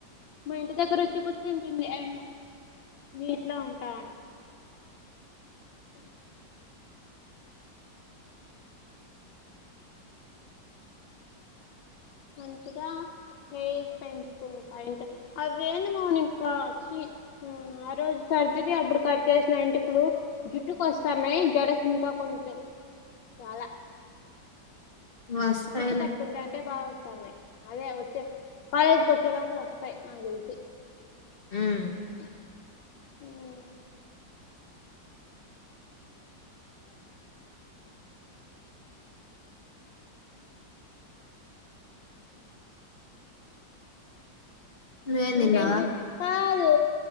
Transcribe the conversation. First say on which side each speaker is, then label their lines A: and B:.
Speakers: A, on the left; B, on the left.
A: మా ఇంటి దగ్ర వచ్చి కూర్చ ంది అండ్ నీట్లో ఉంటా అని మంచిగా హెయిర్ పెంచుకుంటాయి అవెండుకో ఇంకా చి ఆ ఆ రోజు సర్జరీ అప్పుడు కట్ చేసిన వెంట్రుకులు జుట్టుకు వస్తున్నాయి జడకి ఇంకా కొంచెం చాలా
B: వస్తాయిలే
A: జుట్టు కట్టుకుంటా ఉంటే బాగుంటాది అదే వచ్చే కాలేజీకి వచ్చే లోపల వస్తాయి నాకు తెలిసి
B: హ్మ్
A: హమ్
B: నువ్వేం
A: ఇంకేంటి
B: తిన్నావా
A: కాదు